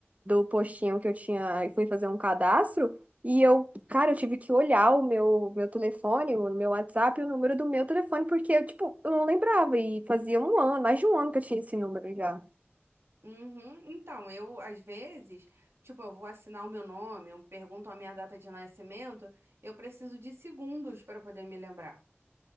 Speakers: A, on the right; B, on the right.
A: do postinho que eu tinha e fui fazer um cadastro. E eu, cara, eu tive que olhar o meu, meu telefone, o meu WhatsApp, e o número do meu telefone, porque eu, tipo, eu não lembrava. E fazia um ano, mais de um ano que eu tinha esse número já.
B: uhum. Então, eu, às vezes, tipo, eu vou assinar o meu nome, eu pergunto a minha data de nascimento, eu preciso de segundos para poder me lembrar.